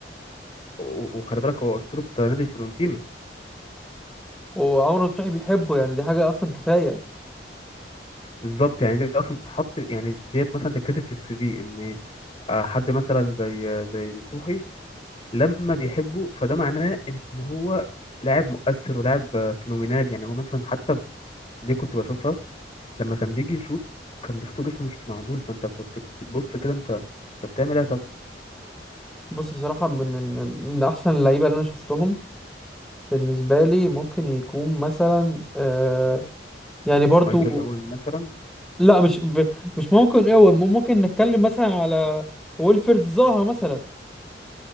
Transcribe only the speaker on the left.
و- و- وخلي بالك هو اسطوره نادي فيورنتينا
بالظبط يعني دي اصلا تتحط يعني ديت مثلا تتكتب في السي في ان آه، حد مثلا زي آه، زي نصوحي لما بيحبه فده معناه ان هو لاعب مؤثر ولاعب آه، فينومينال يعني هو مثلا حتى دي كنت بشوفها لما كان بيجي يشوط كان بيشوط جسمه مش معدول فانت كنت بتبص كده انت انت بتعمل ايه يا كابتن
مايكل اوين مثلا